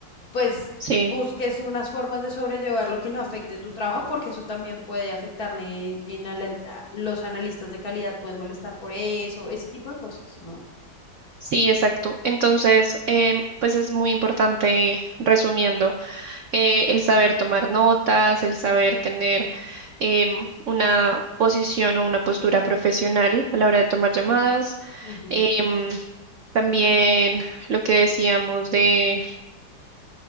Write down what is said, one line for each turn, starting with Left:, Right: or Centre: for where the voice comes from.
Left: pues
Right: sí,
Left: busques unas formas de sobrellevar lo que no afecte en tu trabajo, porque eso también puede afectarle en, en a la- a- los analistas de calidad, pueden molestar por eso, ese tipo de cosas, ¿no?
Right: sí, exacto. Entonces, em, pues es muy importante, resumiendo, eh, el saber tomar notas, el saber tener em, una posición o una postura profesional a la hora de tomar llamadas.
Left: Ujú.
Right: em, También lo que decíamos de,